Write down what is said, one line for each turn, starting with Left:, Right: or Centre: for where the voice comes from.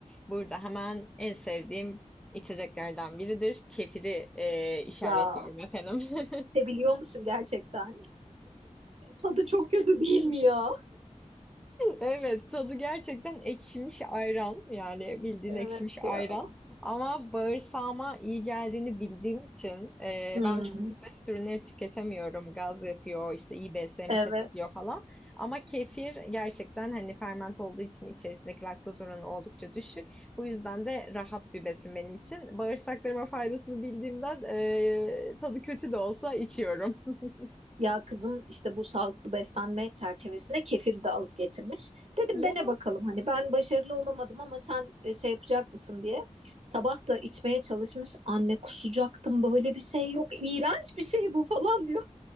Centre: Burada hemen en sevdiğim içeceklerden biridir. Kefiri e, işaretliyorum
Right: Ya
Centre: efendim. <laughs>
Right: sebiliyor musun gerçekten? Tadı çok kötü değil mi ya?
Centre: Evet, tadı gerçekten ekşimiş ayran. Yani bildiğin
Right: Evet
Centre: ekşimiş ayran.
Right: ya.
Centre: Ama bağırsağıma iyi geldiğini bildiğim için e,
Right: Hmm,
Centre: ben çok süt ve süt ürünleri tüketemiyorum. Gaz yapıyor, işte iyi BSM'i
Right: evet.
Centre: tetikliyor falan. Ama kefir gerçekten hani ferment olduğu için içerisindeki laktoz oranı oldukça düşük. Bu yüzden de rahat bir besin benim için. Bağırsaklarıma faydasını bildiğimden e, tadı kötü de olsa içiyorum. <laughs>
Right: Ya kızım işte bu sağlıklı beslenme çerçevesine kefir de alıp getirmiş. Dedim
Centre: Ya.
Right: dene bakalım hani ben başarılı olamadım ama sen e, şey yapacak mısın diye. Sabah da içmeye çalışmış. Anne kusacaktım böyle bir şey yok. İğrenç bir şey bu falan diyor.